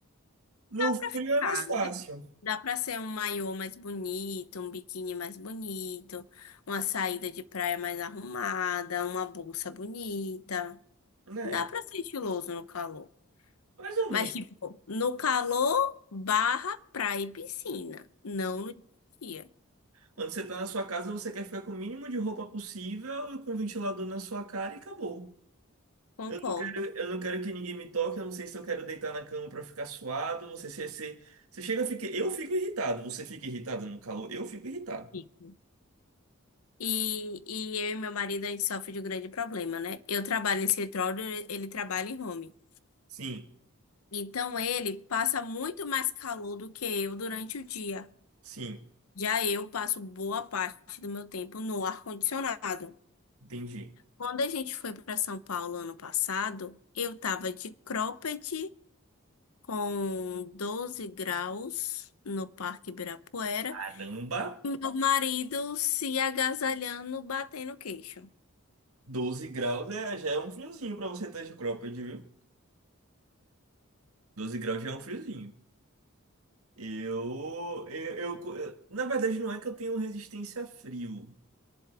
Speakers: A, on the right (about 85°); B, on the left (about 85°).
A: No
B: Dá
A: frio
B: pra ficar,
A: é mais fácil,
B: né? Dá pra ser um maiô mais bonito, um biquíni mais bonito, uma saída de praia mais arrumada, uma bolsa bonita.
A: né?
B: Dá pra ser estiloso no calor.
A: Mais ou
B: Mas,
A: menos.
B: tipo, no calor barra praia e piscina, não no dia.
A: Quando você tá na sua casa, você quer ficar com o mínimo de roupa possível, com o ventilador na sua cara e acabou.
B: Concordo.
A: Eu não quero, eu não quero que ninguém me toque, eu não sei se eu quero deitar na cama pra ficar suado. Você, você, você, você chega a ficar. Eu fico irritado. Você fica irritado no calor? Eu fico irritado.
B: Fico. E, e eu e meu marido, a gente sofre de um grande problema, né? Eu trabalho em escritório, ele trabalha em home.
A: Sim,
B: Então, ele passa muito mais calor do que eu durante o dia.
A: sim,
B: Já eu passo boa parte do meu tempo no ar-condicionado.
A: entendi.
B: Quando a gente foi para São Paulo ano passado, eu tava de cropped com 12 graus no Parque Ibirapuera.
A: Caramba,
B: Meu marido se agasalhando, batendo queixo.
A: 12 graus é, já é um friozinho pra você estar de cropped, viu? 12 graus já é um friozinho. Eu, eu, eu, eu- na verdade, não é que eu tenho resistência a frio.